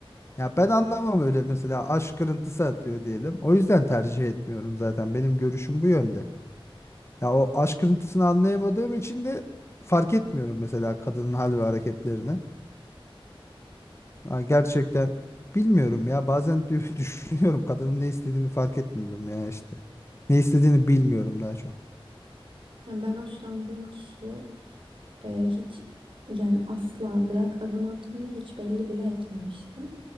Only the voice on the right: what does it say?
Yani ben hoşlandığım kişiye e, hiç yani asla bırak adım atmayı hiç belli bile etmemiştim.